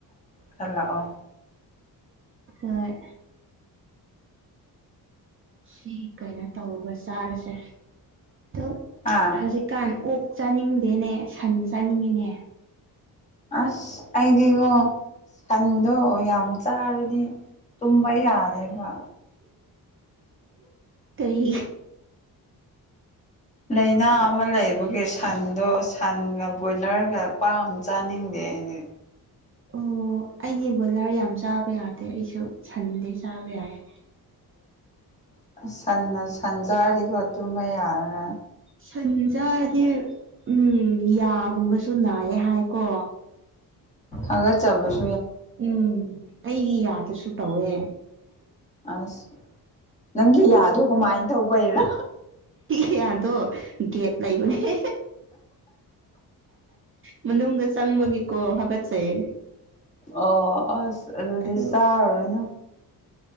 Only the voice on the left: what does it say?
ꯈꯜꯂꯛꯑꯣ
ꯑꯥ
ꯑꯁ ꯑꯩꯗꯤꯀꯣ ꯁꯟꯗꯣ ꯌꯥꯝ ꯆꯥꯔꯗꯤ ꯇꯨꯝꯕ ꯌꯥꯔꯦꯕ
ꯂꯩꯥꯏꯅꯥ ꯑꯃ ꯂꯩꯕꯒꯤ ꯁꯟꯗꯣ ꯁꯟꯒ ꯕꯣꯏꯂꯔꯒ ꯄꯥꯝ ꯆꯥꯅꯤꯡꯗꯦ ꯏꯅꯦ
ꯎ ꯁ ꯁꯟꯖꯥꯔꯤꯕꯔꯤꯕꯣ ꯇꯨꯝꯃꯦ ꯌꯥꯔ
ꯑꯒꯔ ꯆꯕꯁ
ꯑꯁ ꯅꯪꯁ ꯌꯥꯗꯣ ꯀꯃꯥꯏꯅ ꯇꯧꯕꯩꯔꯥ
ꯑꯣ ꯑꯁ ꯑꯗꯨꯗꯤ
ꯆꯥꯔꯨꯔꯅꯨ